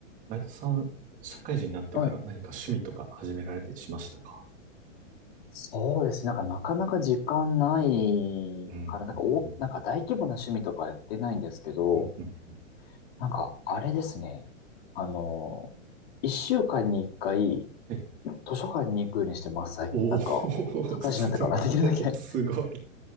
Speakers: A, on the right (about 20°); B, on the left (about 50°).
A: 前田さん、社会人になってから何か趣味とか始められたりしましたか
B: はい。そうですね。なんか、なかなか時間ないから、
A: うん、
B: なんか、
A: うん、
B: お、
A: うん、
B: なんか大規模な趣味とかやってないんですけど、
A: うん、うん。
B: なんか、あれですね。あの、一週間に一回、
A: はい。
B: 図書館に行くようにしてます。最なんか、
A: おー、
B: 社会人になってから、
A: すごすごい。
B: <laughs> できるだけ。